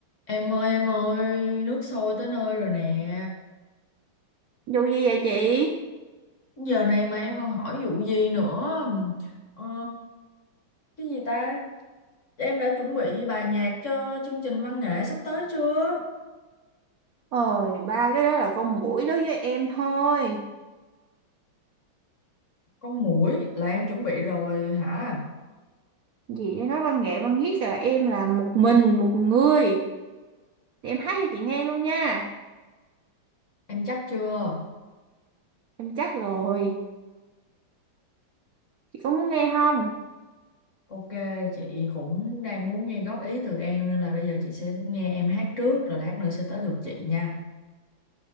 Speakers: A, on the left; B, on the right.
A: Em ơi em ơi, nước sôi tới nơi rồi nè.
B: Dù gì vậy chị?
A: Giờ này mà em còn hỏi vụ gì nữa? Ờ, cái gì ta? Em đã chuẩn bị bài nhạc cho chương trình văn nghệ sắp tới chưa?
B: Ôi, ba cái đó là con muỗi đối với em thôi.
A: Con muỗi là em chuẩn bị rồi hả?
B: Gì để nói văn nghệ văn viết là em là một mình, một người. Thì em hát cho chị nghe luôn nha.
A: Em chắc chưa?
B: Em chắc rồi. Chị có muốn nghe không?
A: Ok, chị cũng đang muốn nghe góp ý từ em nên là bây giờ chị sẽ nghe em hát trước rồi lát nữa sẽ tới được chị nha.